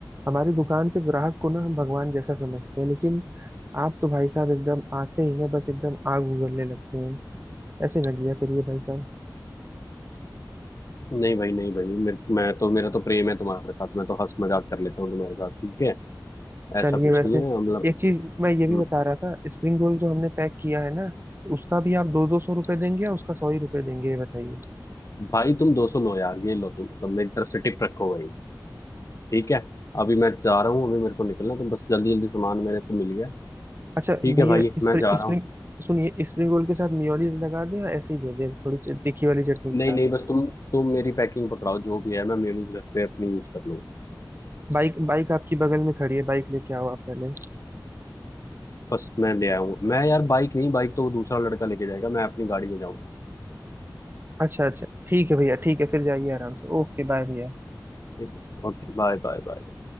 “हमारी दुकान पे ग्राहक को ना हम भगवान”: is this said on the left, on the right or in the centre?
Right